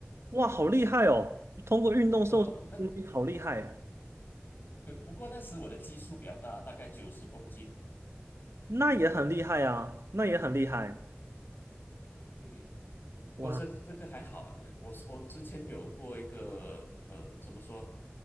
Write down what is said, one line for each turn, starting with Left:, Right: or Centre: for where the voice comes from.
Right: 哇，好厉害哦！通过运动瘦身的东西好厉害，
Left: 嗯，那对，不过那时我的基数比较大，大概九十公斤。
Right: 那也很厉害啊，那也很厉害。
Left: 嗯，
Right: 哇，
Left: 不过这个这个还好啦，我我之前有过一个呃，怎么说，